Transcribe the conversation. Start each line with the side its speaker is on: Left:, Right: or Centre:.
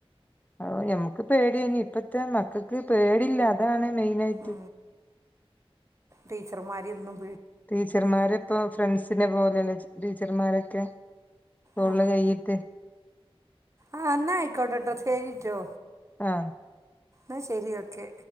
Left: ഓ ഞമ്മുക്ക് പേടിയനി ഇപ്പത്തെ മക്കൾ ക് പേടില്ല അതാണ് മെയിനായിട്ട്
Right: ഉ ടീച്ചർമാരിന്നും
Left: ടീച്ചർമാര് ഇപ്പൊ ഫ്രണ്ട്സിനെ പോലെല്ല ടീച്ചർമാരൊക്കെ തോളിൽകയിട്ട്
Right: ആ ആ എന്നാ ആയിക്കോട്ടെട്ടോ ശേരിട്ടോ
Left: ആ
Right: ആ ശെരി ഒക്കെ